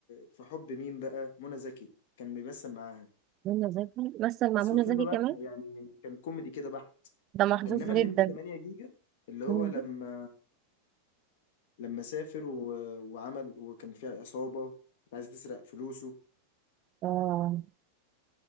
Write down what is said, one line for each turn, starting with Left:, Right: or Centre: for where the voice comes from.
Left: في حب مين بقى منى زكي كان بيمثل معاها
Right: منى زكي مثل مع
Left: بس
Right: منى
Left: والفيلم
Right: زكي
Left: بقى
Right: كمان
Left: يعني كان كوميدي كده بحت
Right: ده محظوظ
Left: انما
Right: جدا
Left: الليمبي 8 جيجا اللي هو
Right: مم.
Left: لما لما سافر و... وعمل وكان فيها عصابة كانت عايزة تسرق فلوسه
Right: آه.